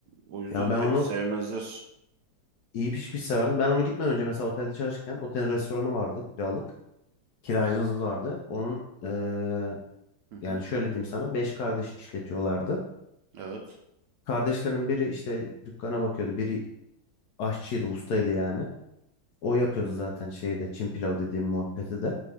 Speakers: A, on the right (about 70°); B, on the left (about 70°).
A: O yüzden
B: Ya ben
A: pek
B: onu
A: sevmezler.
B: iyi pişmiş severdim. Ben onu gitmeden önce mesela otelde çalışırken otelin restoranı vardı kiralık. Kiracımız vardı. Onun eee,
A: Hı
B: yani
A: hı.
B: şöyle diyeyim sana. Beş kardeş işletiyorlardı.
A: Evet.
B: Kardeşlerin biri işte dükkana bakıyordu. Biri aşçıydı, ustaydı yani. O yapıyordu zaten şeyde Çin pilav dediğim muhabbeti de.